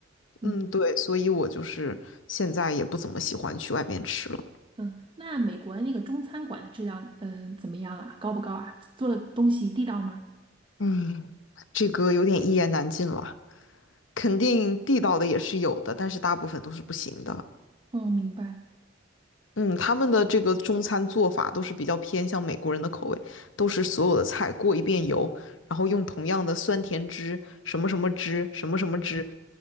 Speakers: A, on the right; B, on the left.
A: 嗯
B: 嗯，对，所以我就是现在也不怎么喜欢去外面吃了。
A: 嗯。呃那美国那个中餐馆的质量，嗯、怎么样啊？高不高啊？做的东西地道吗？
B: 嗯，这个有点一言难尽了，肯定地道的也是有的，但是大部分都是不行的。
A: 哦，明白。
B: 嗯，他们的这个中餐做法都是比较偏向美国人的口味，都是所有的菜过一遍油，然后用同样的酸甜汁、什么什么汁、什么什么汁，